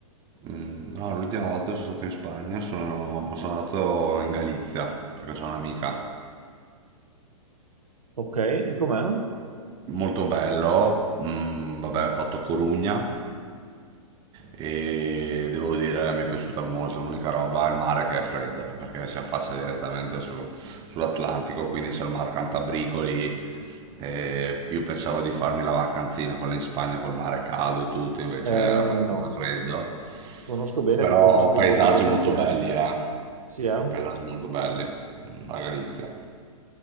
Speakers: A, on the right (about 25°); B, on the right (about 80°).
A: Mm, No, l'ultima volta sono stato in Spagna, sono, sono andato in Galizia perché c'è un'amica
B: Ok, e com'è?
A: Molto bello, mm, vabbè, ho fatto Corugna e devo dire mi è piaciuta molto, l'unica roba è il mare che è freddo, perché si affaccia direttamente su- sull'Atlantico, quindi c'è il mar Cantabrico lì. E io pensavo di farmi la vacanzina, quella in Spagna col mare caldo e tutto, invece
B: Eh,
A: era abbastanza
B: no,
A: freddo,
B: conosco bene
A: però
B: perché ho vissuto
A: paesaggi
B: in Portogallo tanti
A: molto
B: anni.
A: belli, eh.
B: Sì, eh?
A: Paesaggi molto belli, mm, la Galizia.